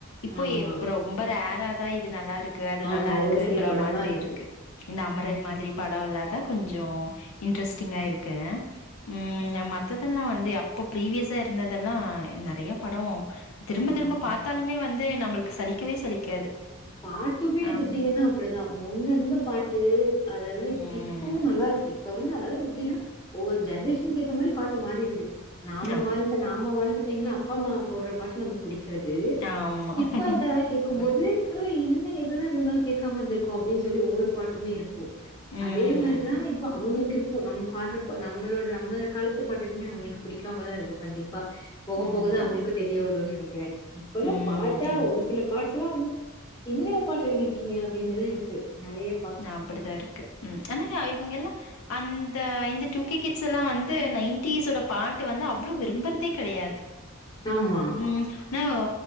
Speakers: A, on the left (about 75°); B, on the left (about 20°).
A: இப்போ
B: ஆமா,
A: இப் ரொம்ப ரேரா தா இது நல்லா இருக்கு அது
B: ஆமா.
A: நல்லா இருக்குன்ற
B: ஒரு சில படம்
A: மாதிரி
B: தான்
A: இருக்கு இந்த
B: ம்.
A: அமரன் மாதிரி படோ இல்லாதா கொஞ்சோ இன்ட்ரெஸ்டிங்கா இருக்கு ம் மத்ததெல்லா வந்து அப் இப்ப ப்ரீவியஸா இருந்ததெல்லா நெறய படம் திரும்ப
B: ஆமா.
A: திரும்ப பாத்தாலுமே வந்து து நம்மளுக்கு சலிக்கவே சலிக்காது
B: பாட்டுமே எடுத்துக்கிட்டீங்கன்னா
A: ஆ
B: அப்டிதா முன்ன இருந்த பாட்டு அதெல்லா இப்
A: ம்
B: இப்பவு நல்லா இருக்கு இப்ப வந்து அதாவது எப்டின்னா ஒவ்வொரு ஜென்ரேஷனுக்கு ஏத்த மாதிரி பாட்டு மாறிடுது நாம
A: ஆமா
B: வாழ்ந்த நாம வாழ்ந்த டைம்ல அப்பா அம்மா போடுற பாட்டு நம புடிக்காது
A: ஆமா
B: இப்ப அதலா கேக்கும்போது
A: உண்மதா
B: து என்ன எதுமே இவ்ள நாள் கேட்காம இருந்திருக்கோ அப்டின்னு சொல்லி ஒவ்வொரு பாட்டுமே இருக்கு கு
A: ம்
B: அதே மாதிரிதா இப்ப அவுங்களுக்கு இருக்கு நம்ம பாடறப்ப நம்மளோட நம்ம காலத்து பாட்டு எதுமே அவுங்களுக்கு புடிக்காம தா இருக்கு கண்டிப்பா போக
A: ம்
B: போக தா அவுங்களுக்கு தெரிய வருனு நெனக்கிறே இப்பல்லா
A: ம்
B: பாட்டா
A: ஆமா
B: ஒரு சில பாட்டுல்லா வந் என்னடா பாட்டு எழுதி இருக்கீங்க அப்டின்னுதா இருக்கு நெறய
A: அப்படிதா இருக்கு உம் ஆனா இவங்க எல்லா அந்த இந்த டூ கே கிட்ஸ் எல்லாம் வந்து நைன்டீஸ் ஓட பாட்டு வந்து அவ்ளோ விரும்புறதே கெடையாது
B: ஆமா.
A: ம் னவ்